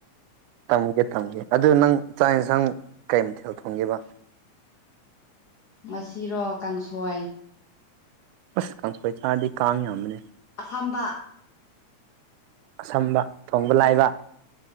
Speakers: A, on the right; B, on the left.
A: ꯇꯝꯒꯦ ꯇꯝꯒꯦ ꯑꯗꯨ ꯅꯪ ꯆꯥꯛ ꯌꯦꯟꯁꯥꯡ ꯀꯩꯝ ꯊꯦꯜ ꯊꯣꯡꯈꯤꯕ
B: ꯉꯁꯤꯔꯣ ꯀꯥꯡꯁꯣꯏ
A: ꯑꯁ ꯀꯥꯡꯁꯣꯏ ꯆꯥꯔꯗꯤ ꯀꯥꯡ ꯌꯥꯝꯕꯅꯦ
B: ꯑꯁꯝꯕ
A: ꯑꯁꯝꯕ ꯊꯣꯡꯕ ꯂꯥꯏꯕ